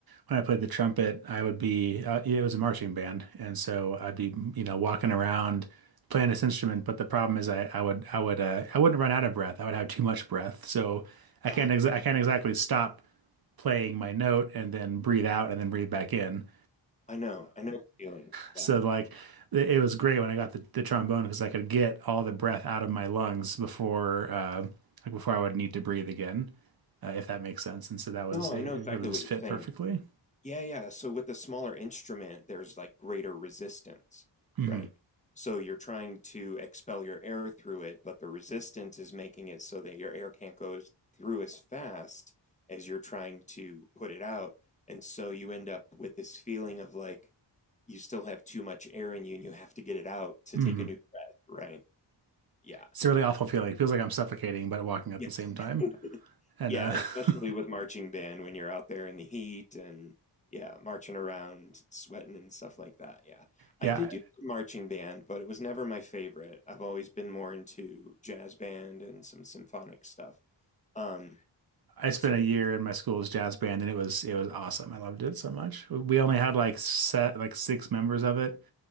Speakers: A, on the right (about 55°); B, on the left (about 15°).
A: when I played the trumpet. I would be uh, yeah, it was a marching band, and so I'd be you know walking around playing this instrument. But the problem is, I I would I would uh, I wouldn't run out of breath. I would have too much breath, so I
B: ah,
A: can't exa I can't exactly stop playing my note and then breathe out and then breathe back in.
B: I know, I know the feeling.
A: So
B: Yeah.
A: like it it was great when I got the, the trombone because I could get all the breath out of my lungs before uh, like before I would need to breathe again, uh, if that makes sense. And so that was
B: No,
A: it,
B: I know
A: it
B: exactly
A: really just
B: what you're
A: fit
B: saying.
A: perfectly.
B: Yeah, yeah. So with the smaller instrument, there's like greater resistance,
A: hmm
B: right? So you're trying to expel your air through it, but the resistance is making it so that your air can't go as- through as fast as you're trying to put it out. And so you end up with this feeling of like you still have too much air in you and you have to get it out to
A: hmm
B: take a new breath, right? Yeah.
A: It's a really awful feeling. It feels like I'm suffocating but walking at
B: Yes.
A: the same time.
B: <laughs>
A: And
B: Yeah,
A: uh,
B: especially
A: <laughs>
B: with marching band when you're out there in the heat and yeah, marching around, sweating and stuff like that. Yeah.
A: yeah,
B: I did do some marching band, but it was never my favorite. I've always been more into jazz band and some symphonic stuff. Um,
A: I spent
B: so
A: a year in my school's jazz band and it was it was awesome. I loved it so much. We only had like set like six members of it.